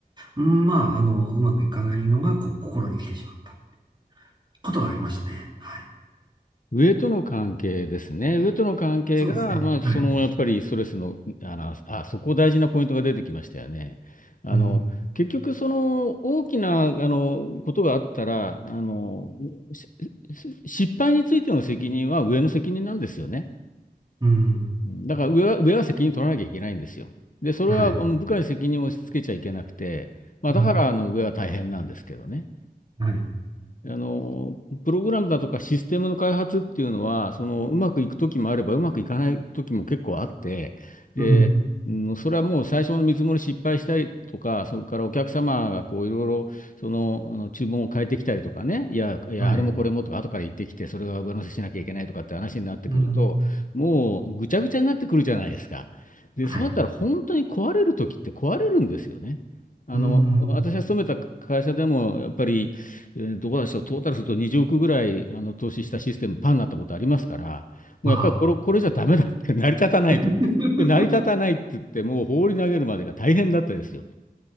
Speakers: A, on the right; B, on the left.
A: うんまあ、あの、うまくいかないのが、こう、心に来てしまったことがありましたね。はい。
B: 上との関係ですね。上との関係が、
A: そうですね。
B: まあ、
A: はい。
B: そのやっぱりストレスの、あの、あ、そこ大事なポイントが出てきましたよね。あの、
A: うん。
B: 結局、その大きな、あの、ことがあったら、あの、しし失敗についての責任は上の責任なんですよね。
A: うん。
B: うんだから上は、上は責任取らなきゃいけないんですよ。で、それはもう部下に責任を押し付けちゃいけなくて、
A: はい。
B: まあ、
A: うん。
B: だからあの上は大変なんですけどね。
A: はい。
B: あの、プログラムだとかシステムの開発っていうのは、その、うまくいく時もあれば、うまくいかない時も結構あって、で、
A: うん。
B: うんそれはもう最初の見積もり失敗したりとか、それからお客様がこういろいろその、あの注文を変えてきたりとかね、いや、いや、
A: はい。
B: あれもこれもとか、後から言ってきて、それが上乗せしなきゃいけないとかって話になってくると、
A: うん。
B: もうぐちゃぐちゃになってくるじゃないですか。で、
A: はい。
B: そうなったら本当に壊れる時って壊れるんですよね。あの、
A: うん。
B: 私が勤めた会社でも、やっぱり、えーどうでしょう、トータルすると20億ぐらいあの投資したシステム、パンになったことありますから、もうやっぱりこれ、
A: わ
B: これじゃダメだって、<laughs> 成り立たないと。
A: あ。<laughs>
B: で、成り立たないって言って、もう放り投げるまでが大変だったですよ。